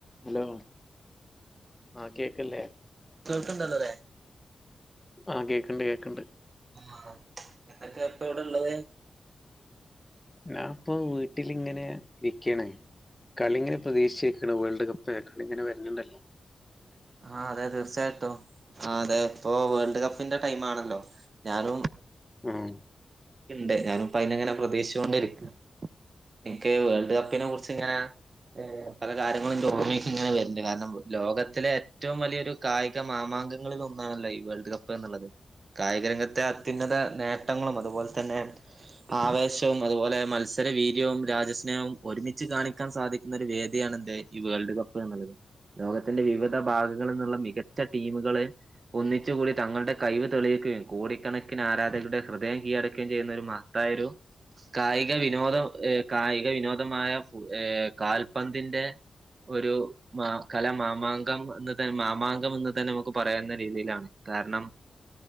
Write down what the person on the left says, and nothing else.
Hello ആ കേക്ക്ണ്ല്ലേ?
ആ കേക്ക്ണ്ട് കേക്ക്ണ്ട്
ഞാൻ ഇപ്പൊ വീട്ടിലിങ്ങനെ ഇരിക്കണേ കളിങ്ങനെ പ്രതീക്ഷിച്ചിരിക്കാണ് വേൾഡ് കപ്പ്ക്ക ഇങ്ങനെ വര്ണണ്ടല്ലോ
ഉം